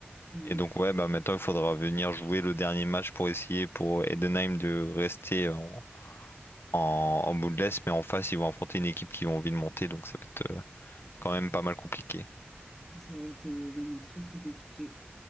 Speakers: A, in the centre; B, on the left.
A: Euh,
B: Et donc ouais, bah maintenant il faudra venir jouer le dernier match pour essayer pour Edenheim de rester en, en, en bout de l'Est, mais en face ils vont affronter une équipe qui a envie de monter, donc ça va être euh, quand même pas mal compliqué.
A: ça va être euh, même très très compliqué.